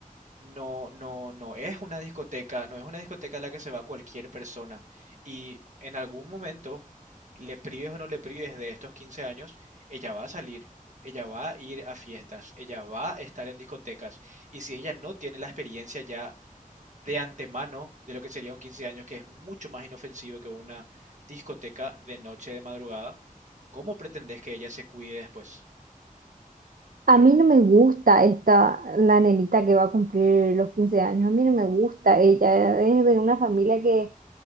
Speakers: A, on the right; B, on the right.
A: no, no, no es una discoteca, no es una discoteca a la que se va cualquier persona. Y en algún momento, le prives o no le prives de estos 15 años, ella va a salir, ella va a ir a fiestas, ella va a estar en discotecas. Y si ella no tiene la experiencia ya de antemano de lo que sería un 15 años, que es mucho más inofensivo que una discoteca de noche de madrugada, ¿cómo pretendés que ella se cuide después?
B: A mí no me gusta esta, la nenita que va a cumplir los 15 años. A mí no me gusta ella. Es de una familia que,